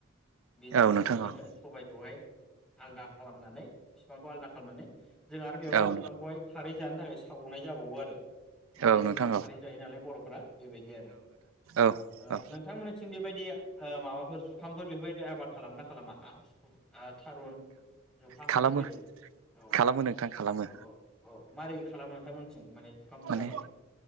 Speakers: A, in the centre; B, on the right.
A: बेनि
B: औ नोंथां औ
A: उनावहाय
B: नोंथां
A: जोङो
B: औ
A: सबायखौहाय आलदा खालामनानै बिफांखौ आलदा खालामनानै जों आरो बेयावबो
B: औ
A: बिफांखौहाय खारै जानो थाखाय सावनाय जाबावो आरो माने
B: नोंथां
A: जों खारै जायो नालाय बर'फोरा बेबायदि आरो
B: औ
A: ओ
B: औ
A: नोंथांमोननिथिं बेबायदि बे ओ माबाफोर जुखामफोर बेफोरबायदि आबाद खालामोना खालामा ओ थारुन जुखाम
B: खालामो
A: बेफोरबायदि औ
B: खालामो नोंथां खालामो
A: औ औ औ मारै खालामो नोंथांमोन जों माने जुखामनि
B: माने
A: आबादखो